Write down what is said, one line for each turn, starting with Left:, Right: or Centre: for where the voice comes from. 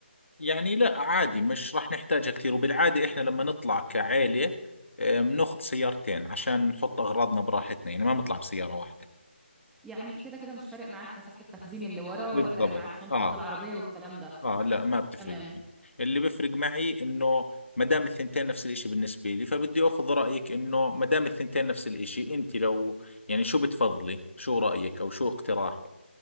Left: يعني لا عادي مش راح نحتاجها كثير وبالعاده احنا لما نطلع كعائله آه بناخذ سيارتين عشان نحط اغراضنا براحتنا يعني ما بنطلع بسياره واحده
Centre: يعني كده كده مش فارق معاك مساحة التخزين اللي ورا
Left: بالضبط
Centre: ولا فارق معاك شنطة
Left: اه
Centre: العربية والكلام ده
Left: اه لا ما بتفرق
Centre: تمام
Left: معي. اللي بيفرق معي انه ما دام الثنتين نفس الاشي بالنسبة لي فبدي اخذ رأيك انه ما دام الثنتين نفس الاشي انت لو يعني شو بتفضلي شو رأيك او شو اقتراحك